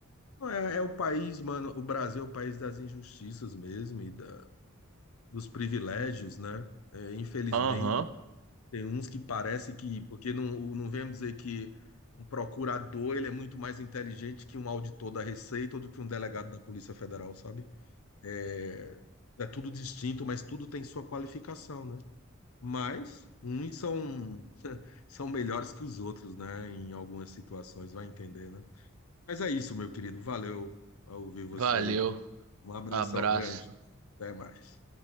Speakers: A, on the left (about 70°); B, on the right (about 65°).
A: Não, É, é o país, mano, o Brasil é o país das injustiças mesmo e da- dos privilégios, né? É, infelizmente,
B: Aham.
A: tem uns que parece que, porque não, não vemos dizer que um procurador, ele é muito mais inteligente que um auditor da Receita ou do que um delegado da Polícia Federal, sabe? É, é tudo distinto, mas tudo tem sua qualificação, né? Mas uns são, <laughs> são melhores que os outros, né? Em algumas situações, vai entender, né? Mas é isso, meu querido. Valeu ao ouvir você
B: Valeu,
A: aí, viu? Um abração
B: abraço.
A: grande. Até mais.